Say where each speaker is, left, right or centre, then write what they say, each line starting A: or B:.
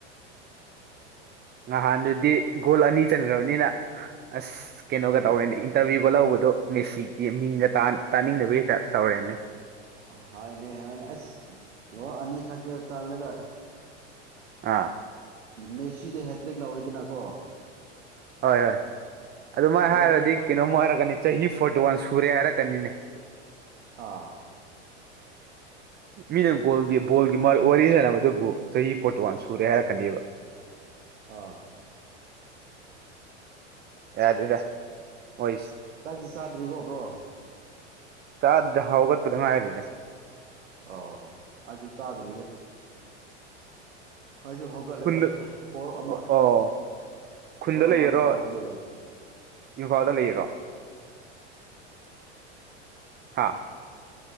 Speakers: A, on the right (about 30°); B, on the right (about 85°).
A: ꯅꯍꯥꯟꯗꯨꯗꯤ ꯒꯣꯜ ꯑꯅꯤ ꯆꯟꯈ꯭ꯔꯕꯅꯤꯅ ꯑꯁ ꯀꯩꯅꯣꯒ
B: ꯎꯝ
A: ꯇꯧꯔꯦꯅꯦ ꯏꯟꯇꯔꯚꯤꯌꯨꯒ ꯂꯧꯕꯗꯣ ꯑꯗꯣ ꯃꯦꯁꯤꯒꯤ ꯃꯤꯡꯒ ꯇꯥꯅꯤꯡꯗꯕꯒꯤ ꯇꯥꯏꯞꯇ ꯇꯧꯔꯦꯅꯦ
B: ꯍꯣꯏꯅꯦ ꯍꯥꯏꯅꯦ ꯑꯁ ꯂ ꯑꯅꯤꯈꯛꯇ ꯆꯜꯂꯒ
A: ꯑꯥ
B: ꯃꯦꯁꯤꯗꯤ ꯍꯦꯇ꯭ꯔꯤꯛ ꯂꯥꯛꯑꯣꯏꯗꯅꯀꯣ
A: ꯍꯣꯏ ꯍꯣꯏ ꯑꯗꯨꯃꯥꯏꯅ
B: ꯕ꯭ꯔꯗꯔ
A: ꯍꯥꯏꯔꯨꯔꯗꯤ
B: ꯑꯩꯈꯣꯏ
A: ꯀꯩꯅꯣꯝꯃ ꯍꯥꯏꯔꯛꯀꯅꯤ ꯆꯍꯤ ꯐꯣꯔꯇꯤ ꯗꯨꯋꯥꯥꯟ ꯁꯨꯔꯦ ꯍꯥꯏꯔꯛꯀꯅꯤꯅꯦ
B: ꯑꯥ
A: ꯃꯤꯅꯦꯣꯣꯒ ꯋꯥꯔꯤ ꯍꯥꯏꯅ ꯃꯗꯨꯕꯨ ꯆꯍꯤ ꯐꯣꯔꯇꯤ ꯋꯥꯟ ꯁꯨꯔꯦ
B: ꯑꯥ
A: ꯍꯥꯏꯔꯛꯀꯅꯦꯕ
B: ꯑꯥ
A: ꯌꯥ ꯑꯗꯨꯗ ꯑꯣꯏꯣꯏꯁꯤ
B: ꯆꯥꯛꯁꯤ ꯆꯥꯗ꯭ꯔꯤꯀꯣꯕ꯭ꯔꯣ
A: ꯆꯥꯗ ꯍꯧꯒꯠꯄꯗ ꯉꯥꯏꯔꯤꯅꯦꯁ
B: ꯑ ꯑꯩꯁꯨ ꯆꯥꯗ꯭ꯔꯤꯒ ꯑꯩꯁꯨ ꯍꯧꯒꯠꯂꯒ
A: ꯈꯨꯟꯗ
B: ꯀꯣꯜ ꯑꯃ
A: ꯑꯣ ꯑꯣ ꯈꯨꯟꯗ
B: ꯀꯣꯜ ꯑꯃꯗꯤ
A: ꯂꯩꯔꯣ
B: ꯇꯥꯎꯕ ꯂꯣꯏꯔꯦ
A: ꯏꯝꯐꯥꯜꯗ ꯂꯩꯔꯣ ꯍꯥꯥ